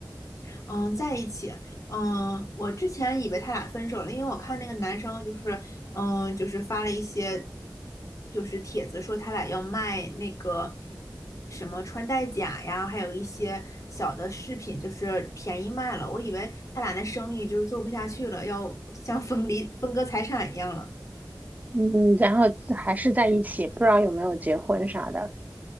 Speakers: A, on the left (about 45°); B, on the right (about 20°).
A: 嗯，在一起。嗯，我之前以为他俩分手了，因为我看那个男生就是，嗯，就是发了一些，就是帖子说他俩要卖那个什么穿戴甲呀，还有一些小的饰品，就是便宜卖了。我以为他俩那生意就是做不下去了，要像 <laughs> 分离分割财产一样了。
B: 嗯，然后还是在一起，不知道有没有结婚啥的。